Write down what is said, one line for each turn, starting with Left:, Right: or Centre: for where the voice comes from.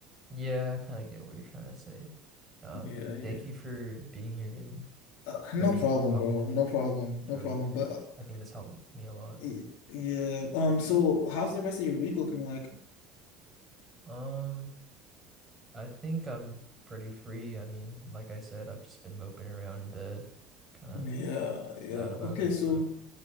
Right: Yeah, I kind of get what you're trying to say. Uh,
Left: yeah yeah
Right: thank you for being here and
Left: Uh, no
Right: for me
Left: problem,
Right: and talking
Left: bro.
Right: to me.
Left: No problem.
Right: It's
Left: No
Right: really,
Left: problem. But uh,
Right: I think this helped me a lot.
Left: y- yeah, um, so how's the rest of your week looking like?
Right: Um I think I'm pretty free. I mean, like I said, I've just been moping around in bed, kind of
Left: Yeah,
Right: sad
Left: yeah.
Right: about
Left: Okay,
Right: it.
Left: so
Right: So,